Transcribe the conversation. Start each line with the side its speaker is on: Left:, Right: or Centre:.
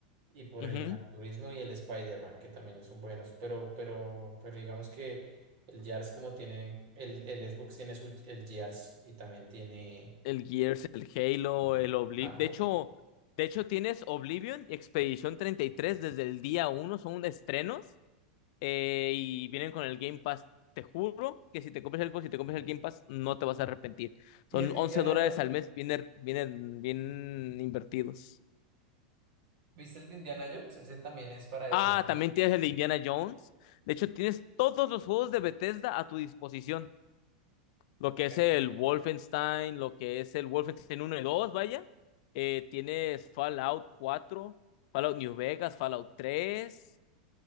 Right: y por
Left: ujú.
Right: el Gran Turismo y el Spider-Man, que también son buenos, pero, pero, pero digamos que el Gears como tiene, el, el Xbox tiene su, el Gears y también tiene...
Left: El Gears, el Halo, el Oblivion.
Right: Ajá.
Left: De hecho, de hecho, tienes Oblivion y Expedition treinta y tres desde el día uno son unos estrenos. eh, y vienen con el Game Pass. Te juro que si te compras el Xbox y te compras el Game Pass, no te vas a arrepentir.
Right: ¿Y
Left: Son
Right: el de
Left: 11
Right: Indiana
Left: dólares
Right: Jones?
Left: al mes, vienen, vienen bien invertidos.
Right: ¿Viste el de Indiana Jones? Ese también es para
Left: Ah,
Right: Xbox.
Left: también tienes el de Indiana Jones. De hecho, tienes todos los juegos de Bethesda a tu disposición. Lo que es
Right: ¿cierto?
Left: el Wolfenstein, lo que es el Wolfenstein uno y dos vaya. Eh, tienes Fallout cuatro Fallout New Vegas, Fallout tres